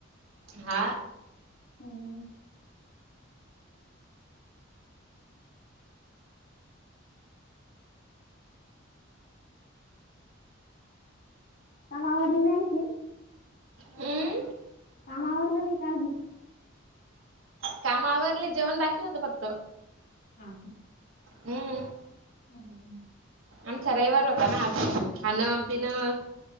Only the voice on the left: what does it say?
हम्म काम आवरलं नाय की
काम आवरलं नाय का आजूक
हो
ह